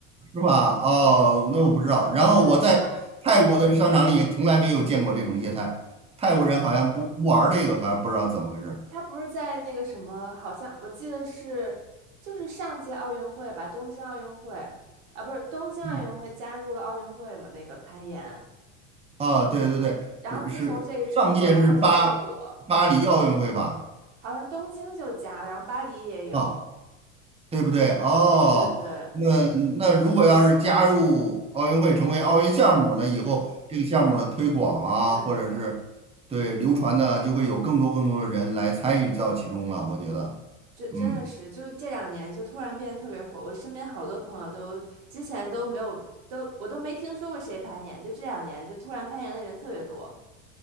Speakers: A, on the right; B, on the right.
A: 是吧？哦，
B: <laughs> 嗯，
A: 那我不知道。然后我在泰国的商场里从来没有见过这种业态，
B: 就是他
A: 泰国人好像不不玩儿这个，
B: 他
A: 还不知道怎么回事。
B: 他不是在那个什么，好像我记得是就是上届奥运会吧，东京奥运会啊，不是东京奥运会加入了奥运会嘛，
A: 嗯，
B: 那个攀岩，
A: 啊，对对对，
B: 然后自从这个之后，
A: 是是，上届是巴巴黎奥运会吧？
B: 然后就特火，好像东京就加了，然后巴黎也有，
A: 啊，对不对？哦，
B: 对对对，
A: 那那如果要是加入奥运会，成为奥运项目，那以后这个项目的推广啊，
B: 嗯，对，
A: 或者是对流传呢，就会有更多更多的人来参与到其中了。我觉得，
B: 这真的是，
A: 嗯。
B: 就这两年就突然变得特别火。我身边好多朋友都之前都没有，都我都没听说过谁攀岩，就这两年就突然攀岩的人特别多。